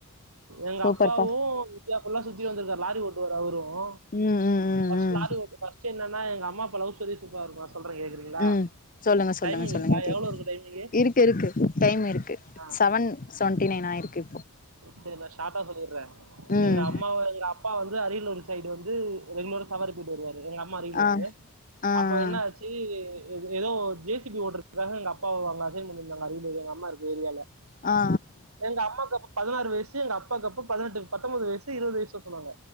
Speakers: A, on the right; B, on the left.
A: எங்க
B: சூப்பர்ப்பா
A: அப்பாவும் இந்தியா புல்லா சுத்தி வந்திருக்காரு லாரி ஓட்டுவார் அவரும்
B: ம் ம் ம்
A: ஃபர்ஸ்ட்
B: ம்
A: லாரி ஓட்டு என்ன எங்க அம்மா அப்பா லவ் ஸ்டோரி சூப்பரா இருக்கும் சொல்றேன் கேக்குறீங்களா
B: உம் சொல்லுங்க சொல்லுங்க
A: டைமிங்
B: சொல்லுங்க
A: இருக்கா
B: கேக்குது
A: எவ்வளோ இருக்கு டைமிங்கு
B: இருக்கு இருக்கு டைம் இருக்கு
A: ஆ
B: செவன் செவன்டி நைன் ஆயி இருக்கு
A: செரி நான் ஷாட்டா சொல்லிடுறேன்
B: ம்
A: எங்க அம்மாவ எங்க அப்பா வந்து அரியலூர் சைடு வந்து ரெகுலரா சவாரிப் போயிட்டு வருவார் எங்க அம்மா அரியலூரு
B: ஆ ஆ ஆ
A: அப்ப என்ன ஆச்சு ஏதோ ஜே சிபி ஓட்டுதிற்க்காக எங்க அப்பா வர அரியலூர்ல எங்க அம்மா இருக்க ஏரியால
B: ஆ ஆ
A: எங்க அம்மாக்கு பதினாறு வயசு எங்க அப்பாக்கு அப்ப பதினட்டு பத்தன்பது வயசு இருபது வயசோ சொன்னாங்க